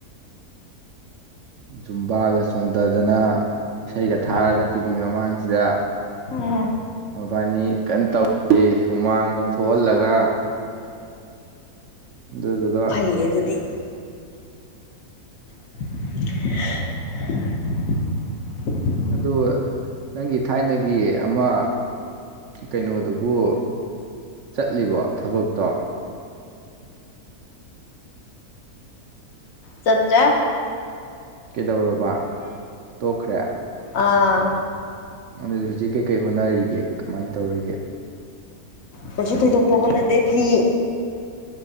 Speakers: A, on the right; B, on the left.
A: ꯖꯨꯝꯕꯥꯒ ꯆꯣꯡꯊꯗꯅ ꯏꯁꯩꯒ ꯊꯥꯔꯒ
B: ꯎꯝ
A: ꯇꯤꯚꯤ ꯃꯃꯥꯡꯁꯤꯗ
B: ꯎꯝ
A: ꯃꯕꯥꯅꯤ ꯀꯟꯅ ꯇꯧꯦ ꯍꯨꯃꯥꯡꯒ ꯊꯣꯛꯍꯜꯂꯒ ꯑꯗꯨꯗꯨꯒ
B: ꯀꯗꯤ <inaudible>
A: ꯑꯗꯨ ꯅꯪꯒꯤ ꯊꯥꯏꯅꯒꯤ ꯑꯃ ꯀꯩꯅꯣꯗꯨꯕꯨ ꯆꯠꯂꯤꯕꯣ ꯊꯕꯛꯇꯣ
B: ꯆꯠꯠꯇ
A: ꯀꯩꯗꯧꯔꯕ ꯇꯣꯛꯈ꯭ꯔꯦ
B: ꯑꯥ
A: ꯑꯗꯨꯗꯤ ꯍꯧꯖꯤꯛ ꯀꯩꯀꯩ ꯍꯣꯠꯅꯔꯤꯒꯦ ꯀꯃꯥꯏꯅ ꯇꯧꯔꯤꯒꯦ
B: ꯀꯩꯁꯨ ꯊꯣꯏꯗꯣꯛꯄ ꯍꯣꯠꯅꯗꯦ ꯐꯤ